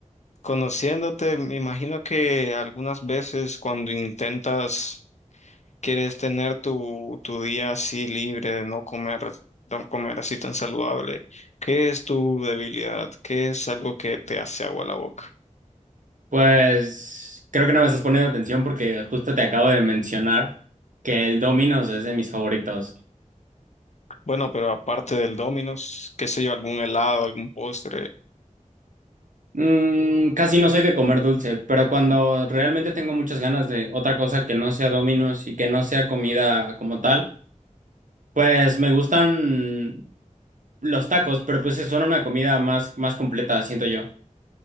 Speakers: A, on the left; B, on the right.
A: conociéndote, me imagino que algunas veces cuando intentas, quieres tener tu, tu día así libre de no comer, no comer así tan saludable. ¿Qué es tu debilidad? ¿Qué es algo que te hace agua la boca?
B: Pues creo que no me estás poniendo atención porque justo te acabo de mencionar que el Domino's es de mis favoritos.
A: Bueno, pero aparte del Domino's, qué sé yo, algún helado, algún postre.
B: Mm, casi no soy de comer dulce, pero cuando realmente tengo muchas ganas de otra cosa que no sea Domino's y que no sea comida como tal, pues me gustan los tacos, pero pues son una comida más, más completa, siento yo.